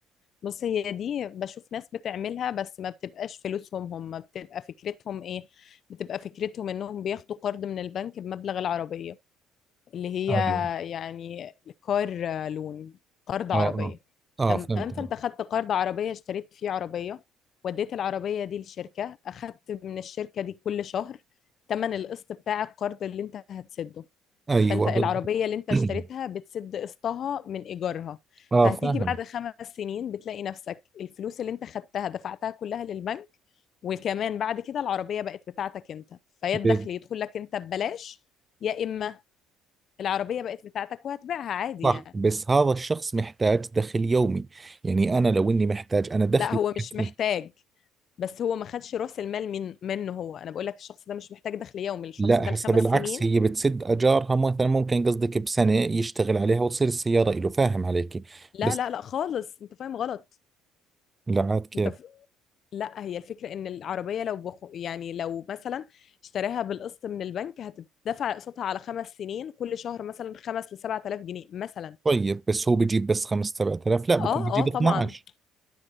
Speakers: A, on the left (about 50°); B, on the right (about 25°).
A: بص هي دي بشوف ناس بتعملها بس ما بتبقاش فلوسهم هم بتبقى فكرتهم ايه بتبقى فكرتهم انهم بياخدوا قرض من البنك بمبلغ العربية اللي هي
B: ايوه
A: يعني كار لون قرض عربية
B: اه اه اه
A: تمام
B: فهمت
A: فانت
B: علي.
A: خدت قرض عربية اشتريت فيه عربية وديت العربية دي للشركة اخدت من الشركة دي كل شهر تمن القسط بتاع القرض اللي انت هتسده
B: ايوه
A: فانت
B: بالضبط
A: العربية اللي انت
B: <clears throat>
A: اشتريتها بتسد قسطها من ايجارها
B: اه
A: فهتيجي
B: فاهم
A: بعد خمس سنين بتلاقي نفسك الفلوس اللي انت خدتها دفعتها كلها للبنك وكمان بعد كده العربية بقت بتاعتك انت فيا
B: بالضبط.
A: الدخل يدخل لك انت ببلاش يا اما العربية بقت بتاعتك وهتبيعها عادي
B: صح
A: يعني
B: بس هذا الشخص محتاج دخل يومي يعني أنا لو إني محتاج أنا دخلي
A: لا هو مش
B: يكفيني.
A: محتاج بس هو ما خدش راس المال من منه هو انا بقول لك الشخص ده مش محتاج دخل يومي الشخص
B: لا
A: ده الخمس
B: هسه بالعكس
A: سنين
B: هي بتسد أجارها مثلا ممكن قصدك بسنة يشتغل عليها وتصير السيارة إله فاهم عليكي
A: لا
B: بس
A: لا لا خالص انت فاهم غلط
B: لا عاد كيف
A: انت لا هي الفكرة ان العربية لو بخ... يعني لو مثلا اشتراها بالقسط من البنك هتدفع قسطها على خمس سنين كل شهر مثلا خمس لسبعة آلاف جنيه مثلا
B: طيب بس هو بجيب بس 5 7000 لا بكون
A: اه
B: بجيب
A: اه طبعا
B: 12